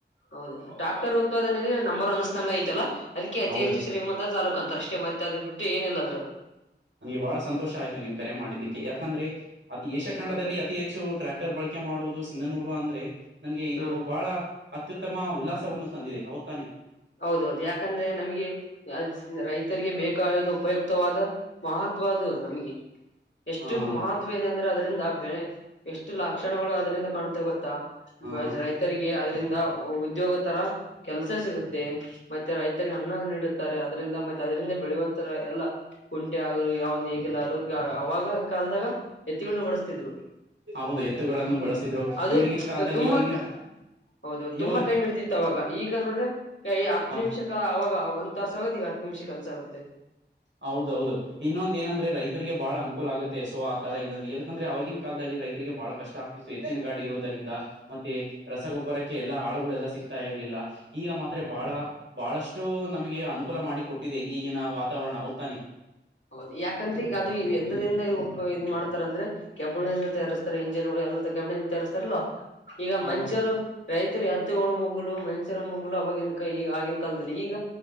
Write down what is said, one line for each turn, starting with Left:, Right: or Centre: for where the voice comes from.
Left: ಹೌದು ಡಾಕ್ಟರ್ ಉತ್ಪಾದನೆಯಲ್ಲಿ ನಂಬರ್ ಒಂದ್ ಸ್ಥಾನಾ ಐತಲ್ಲಾ ಅದಕ್ಕೆ ಅತಿ
Right: ಹೌದು
Left: ಹೆಚ್ಚು ಶ್ರೀಮಂದ ತಾಲೂಕ ತಾರ ಅಷ್ಟೇ ಮತ್ತ ಅದರ್ ಬಿಟ್ಟು ಏನಿಲ್ಲ ಅದರ
Right: ನನಗೆ ಬಹಳ ಸಂತೋಷ ಆಯ್ತು ನೀವು ಕರೆ ಮಾಡಿದ್ದಕ್ಕೆ ಯಾಕಂದ್ರೆ ಅತಿ ಏಷ್ಯಾ ಖಂಡದಲ್ಲಿ
Left: ಹೌದು
Right: ಅತಿ ಹೆಚ್ಚು ಹೆಚ್ಚು ಟ್ರ್ಯಾಕ್ಟರ್ ಬಳಕೆ ಮಾಡುವುದು ಸಿಂಧನೂರು ಅಂದ್ರೆ ನನ್ಗೆ ಇದು
Left: ಹ್ಮ್
Right: ಬಹಳ ಅತ್ಯುತ್ತಮ ಉಲ್ಲಾಸವನ್ನು ತಂದಿದೇ ಹೌತಾನೆ?
Left: ಹೌದೌದು ಯಾಕಂದ್ರೆ ನಮಗೆ <unintelligible> ರೈತರಿಗೆ ಬೇಕಾದದು ಉಪಯುಕ್ತವಾದ ಮಹತ್ವದು ನಮಗೆ ಎಷ್ಟು
Right: ಹಾ ಹಾ
Left: ಮಹತ್ ಇದೆ ಅಂದ್ರೆ ಅದರಿಂದಾ ಬೆ ಎಷ್ಟು ಲಕ್ಷಣಗಳು ಅದರಿಂದ ಕಾಣುತ್ತೆವೆ ಗೊತ್ತಾ?
Right: ಹಾ
Left: ಬೈಜ್
Right: ಹಾ
Left: ರೈತರಿಗೆ ಅದ್ರಿಂದ ಉದ್ಯೋಗ ತರ ಕೆಲ್ಸ ಸಿಗತ್ತೆ. ಮತ್ತೆ ರೈತರಿಗೆ ಅನ್ನ ನೀಡುತ್ತಾರೆ ಅದರಿಂದ ಮತ್ತೆ ಅದರಿಂದ ಬೆಳೆಯುವಂತರ ಎಲ್ಲ ಕುಂಟೆ ಆಗಲು ಯಾವ್ದ ನೇಗಿಲ ಆಲು ಈಗ ಅವಾಗ ಕಾಲ್ದಾಗ ಎತ್ತಿಗಳು ಬಡಸ್ತಿದ್ರು
Right: ಹೌದು ಎತ್ತುಗಳನ್ನು
Left: ಹ್ಮ
Right: ಬಳಸ್ತಿದ್ರು
Left: ಅದು
Right: ಇವಾಗಿನ ಕಾಲದಾಗ
Left: ತುಂಬತ್
Right: ಇವಾಗ
Left: ಹೌದು
Right: ಇವಾಗ
Left: ತುಂಬಾ ಟೈಮ ಹಿಡಿತಿತ್ತ ಅವಾಗಾ ಈಗ ನೋಡ್ರೆ ಕೈ ಹತ್ತ
Right: ಹ
Left: ನಿಮಿಷಕ್ ಅವಾಗ ಒಂದ್ ತಾಸ ಆಗುತ್ತ ಈಗ ಹತ್ತ ನಿಮಿಷ ಕೆಲಸ ಆಗುತ್ತೆ.
Right: ಹೌದೌದು ಇನ್ನೊಂದ ಏನಂದ್ರೆ ರೈತರಿಗೆ ಬಹಳ ಅನುಕೂಲ ಆಗುತ್ತೆ ಸೊ ಆ ತರ ಇಲ್ಲಾಂದ್ರೆ ಏನಿಕಂದ್ರೆ ಅವಾಗಿನ್ ಕಾಲದಲ್ಲಿ ರೈತರಿಗೆ ಬಹಳ ಕಷ್ಟ ಆಗ್ತಿತ್ತು ಎತ್ತಿನ ಗಾಡಿ ಇರೋದ ದಿಂದಾ ಮತ್ತೆ ರಸಗೊಬ್ಬರಕ್ಕೆ ಎಲ್ಲಾ ಆಳುಗಳೆಲ್ಲಾ ಸಿಗ್ತಾ ಇರ್ಲಿಲ್ಲ ಈಗ ಮಾತ್ರೆ
Left: ಹ್ಮ
Right: ಬಹಳ ಬಹಳಷ್ಟು ನಮಗೆ ಅನುಕೂಲ ಮಾಡಿ ಕೊಟ್ಟಿದೆ ಈಗಿನ ವಾತಾವರಣ ಹೌತಾನೆ.
Left: ಹೌದು ಯಾಕಂದ್ರೆ ಈಗ ಅದು ಇ ಎದರಿಂದ ಊಪ್ಪ್ ಇದ್ ಮಾಡ್ತಾರಂದ್ರೆ ಕೆಬ್ಬಣದಿಂದಾ ತಯಾರಿಸ್ತಾರೆ ಇಂಜನ್ಗಳು ಎಲ್ಲ ಕೆಬ್ಬಣದಿಂದಾ ತಯಾರಿಸ್ತಾರಲ್ವಾ ಈಗ
Right: ಹ್ಮ
Left: ಮನುಷ್ಯರು ರೈತರು ಹತ್ತಿಳ ಮುಗುಲು ಮನುಷ್ಯರ ಮುಗುಲು ಅವಾಗಿನ ಕೈ ಆಗಿನ ಕಾಲದಲ್ಲಿ ಈಗ?